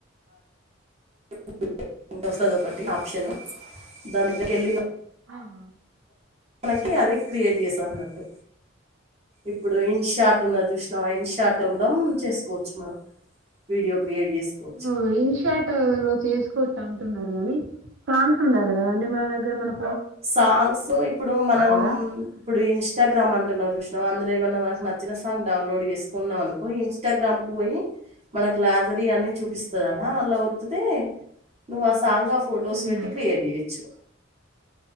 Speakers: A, on the right; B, on the right.
A: <inaudible> వస్తది ఒకటి ఆప్షను దాని దగ్గరికి వెళ్ళిన
B: ఆహ
A: మనకి అది క్రియేట్ చేస్తా అన్నట్టు ఇప్పుడు ఇన్ షార్ట్ ఉనది చూసినవ ఇన్ షట్లో కూడా చేసుకోవచ్చు మనం వీడియో క్రియేట్ చేసుకోవచ్చు
B: ఆ ఇన్స్ షాట్లు చేసుకోవచ్చు అం టున్నారు అవి సాంగ్స్ ఉండాలి కదండీ మన దగర మనం
A: సాంగ్స్ ఇప్పుడు మనం
B: కదా!
A: ఇప్పుడు ఇన్స్టాగ్రామ్ అంటున్నా చూసినవ అందులో ఏమన్నా మన నచ్చిన సాంగ్ డౌన్లోడ్ చేసుకున్నాం అనుకో ఇన్స్టాగ్రామ్ కు పోయి మన గ్లాజరీ అని చూపిస్తదడా అలా వతిత్తే నువ్వా ఆ సాంగ్ ఆ ఫోటోస్
B: హ్మ్.
A: పెట్టి క్రియేట్ చేయొచ్చు